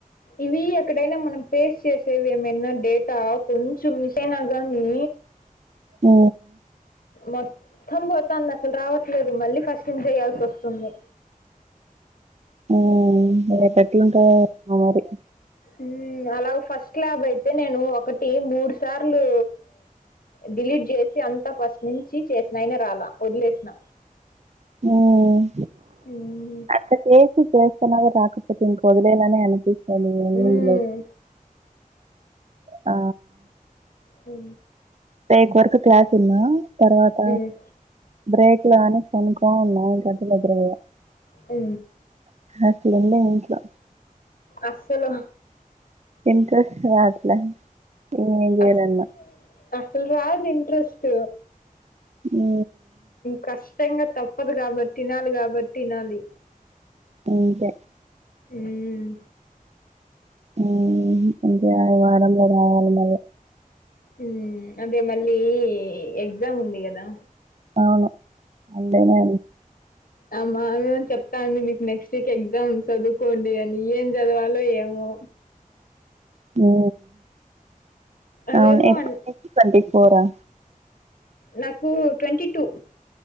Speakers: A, on the left; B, on the right.
A: ఇవి ఎక్కడైనా మనం పేస్ట్ చేసేవి ఏమైన్నా డేటా కొంచెం మిస్ అయినా కానీ
B: ఉ
A: మొత్తం పోతుంది అసలు రావట్లేదు మళ్ళీ ఫస్ట్ నుంచి చేయాల్సి వస్తుంది
B: ఉమ్ రేపు ఎట్లా ఉంటదో మరి
A: ఉమ్ అలాగ ఫస్ట్ ల్యాబ్ అయితే నేను ఒకటి మూడు సార్లు డిలీట్ చేసి అంత ఫస్ట్ నుంచి చేసిన అయిన రాలా వదిలేసిన
B: ఉమ్
A: హ్మ్.
B: అక్కడ చేసి చేస్తన్న రాకపోతే ఇంకా వదిలేయాలి అనే అనిపిస్తది
A: హ్మ్.
B: లే ఆ
A: ఉ
B: ఎయిట్ వరకు క్లాస్ విన్నా తర్వాత
A: హ్మ్.
B: బ్రేక్ లే అని పనుకుని ఉన్నా ఇంకా అట్లా నిద్రపోయిన
A: ఉ
B: అట్లుంది ఇంట్లో
A: అసలు
B: ఇంట్రెస్ట్ రాట్ల ఏం చేయాలన్న
A: అస్ అసలు రాదు ఇంట్రెస్ట్
B: ఉ
A: కష్టంగా తప్పదు కాబట్టి వినాలి కాబట్టి ఇనాలి
B: ఇంకా
A: ఉమ్మ్
B: ఊ ఇంకా వారంలో రావాలి మరి
A: ఉ అదే మళ్ళీ ఎగ్జామ్ ఉంది కదా
B: అవును మండేనే
A: ఉమ్ ఆమెమో చెప్తా ఉంది మీకు నెక్స్ట్ వీక్ ఎగ్జామ్ చదువుకోండి అని ఏం చదవాలో ఏమో
B: ఊ
A: అవేమో
B: అవును ఎపుడు
A: అన్
B: ట్వంటీ ఫోర్ హా
A: నాకు ట్వంటీ టూ